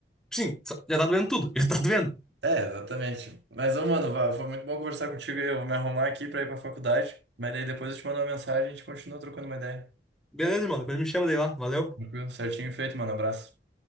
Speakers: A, in the centre; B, on the right (about 85°).
A: Sim, só- já tá doendo tudo. <laughs> Já tá doendo.
B: É, exatamente. Mas, ô, mano, va- foi muito bom conversar contigo aí. Eu vou me arrumar aqui pra ir pra faculdade. Mas daí depois eu te mando uma mensagem e a gente continua trocando uma ideia.
A: Beleza, irmão. Depois me chama daí lá. Valeu.
B: Tranquilo? Certinho feito, mano. Abraço.